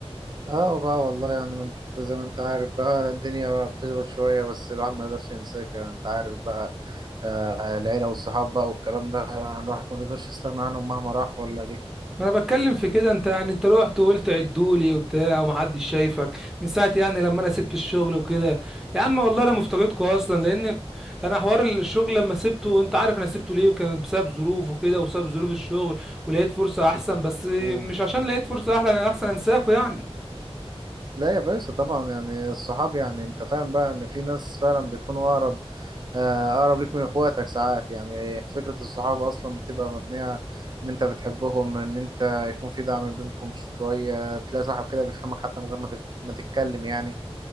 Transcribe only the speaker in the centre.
ما انا بتكلم في كده انت يعني انت رحت وقلت عدولي وبتاع ومحدش شايفك من ساعة يعني لما انا سبت الشغل وكده يا عم والله انا مفتقدكوا اصلا لان انا حوار الشغل لما سبته انت عارف انا سبته ليه وكان بسبب ظروف وكده وسبب ظروف الشغل ولقيت فرصة احسن بس
مش عشان لقيت فرصة احلى احسن انساكوا يعني